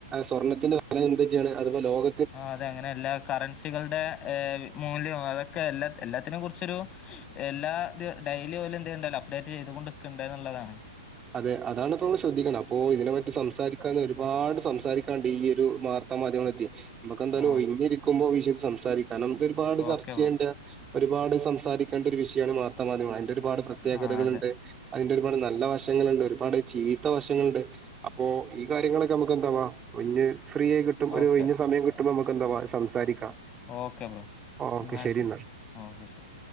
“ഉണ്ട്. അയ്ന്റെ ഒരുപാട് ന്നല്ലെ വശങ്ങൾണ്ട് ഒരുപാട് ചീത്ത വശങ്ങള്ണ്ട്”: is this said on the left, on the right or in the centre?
Right